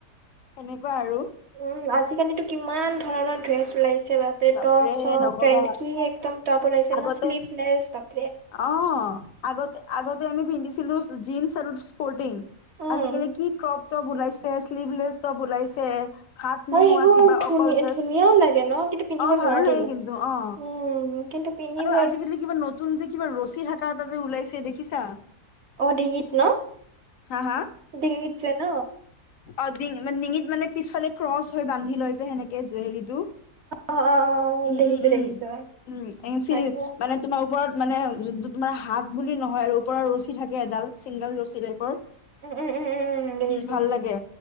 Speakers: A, on the left; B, on the right.
A: সেনেকুৱা আৰু
B: উম আজিকালিতো কিমান ধৰণৰ ড্ৰেছ ওলাইছে বা টপ
A: বাপৰে
B: চপ
A: নকবা
B: ট্ৰেড কি একদম টপ ওলাইছে
A: আগতে
B: ন শ্লিপলেছ বাপ
A: অ', আগতে আগতে আমি পিন্ধিছিলো জীন্চ আৰু স্পৰ্টিং
B: আৰু
A: আজিকালি কি ক্ৰপ টপ ওলাইছে শ্লিভলেছ টপ ওলাইছে হাত নোহোৱা
B: এইবোৰ
A: কিবা
B: ধুনীয়া
A: অকল জাষ্ট
B: ধুনীয়াও লাগে ন কিন্তু পিন্ধিব
A: অ
B: নোৱাৰি
A: ভালো লাগে কিন্তু অ
B: উম কিন্তু পিন্ধিব
A: আৰু আজিকালি কিবা নতুন যে কিবা ৰছী থাকা এটা যে ওলাইছে দেখিছা
B: অ', ডিঙিত ন
A: হা হা
B: ডিঙিত যে ন
A: অ', ডিঙ ডিঙিত মানে পিছফালে ক্ৰচ হৈ বান্ধি লয় যে সেনেকে জ হেৰিটো
B: অ অ অ
A: উম
B: দেখিছো
A: উম উম
B: দেখিছো
A: উম এন চি
B: তাকে
A: ৰি বা মানে তোমাৰ ওপৰত মানে যোনটো তোমাৰ হাত বুলি নহয় আৰু ওপৰ ৰছী থাকে এডাল চিংগল ৰছী টাইপৰ
B: উম উম উম উম উম দেখিছো
A: ভাল লাগে।